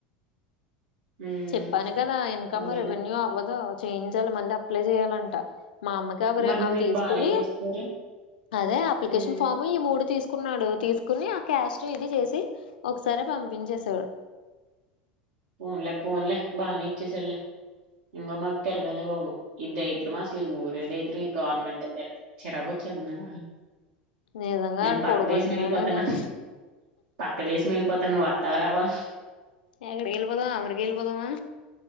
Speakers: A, on the right (about 70°); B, on the left (about 70°).
A: హ్మ్
B: చెప్పాను కదా ఇన్కమ్,
A: అదేలే
B: రెవెన్యూ అవ్వదు చేయించాలి మళ్ళ అప్లై చెయ్యాలంట. మా అమ్మగారు
A: మరి
B: అవి
A: మీకు
B: తీసుకుని
A: బానే చేస్తారు
B: అదే అప్లికేషన్
A: హ్మ్
B: ఫాము ఈ మూడు తీసుకొని తీకున్నాడు తీసుకుని ఆ క్యాస్ట్ ఇది చేసి ఒకసారే పంపించేసాడు.
A: ఫోన్లే ఫోన్లే బానే ఇచ్చేసాడులే ఇంగా మాకు తిరగాలే బాబు. ఈ దరిద్రం హాస్టల్ ఈ ఊరే దరిద్రం ఈ గవర్నమెంట్ ఒద్దు చిరాకు వచ్చేస్తుంది. నాయినా
B: నిజంగా
A: నేను
B: ఆడు
A: పక్క
B: పొడుకుంటున్నాడేమోనే
A: దేశం వెళ్ళి పోతాను. పక్క దేశం వెళ్ళిపోతాను నువ్వు వత్తావా రావా?
B: ఎక్కడికి వెల్లిపోదాం అమెరికా వెల్లిపోదామా?